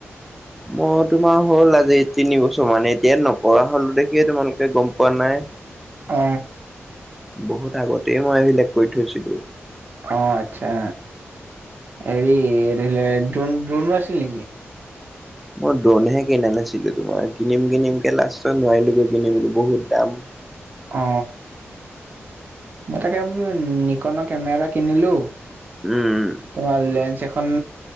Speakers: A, in the centre; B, on the right.
A: মোৰ তোমাৰ হ'ল আজি তিন বছৰ মান এতিয়া নকৰা হলো দেখিয়ে তোমালোকে গম পোৱা নাই
B: অ
A: বহুত আগতেই মই এইবিলাক কৰি থৈছিলো।
B: অ আচ্ছা হেৰি ধৰিলেত দ্ৰোন দ্ৰোনো ওৰাছিল নেকি?
A: মই ড্ৰোনহে কিনা নাছিলো তোমাৰ কিনিম কিনিম কে লাষ্টত নোৱাৰিলোগৈ কিনিবলৈ বহুত দাম।
B: অ মই তাকে বোলো নিকনৰ কেমেৰা এটা কিনিলো।
A: উ উম।
B: তোমাৰ লেন্স এখন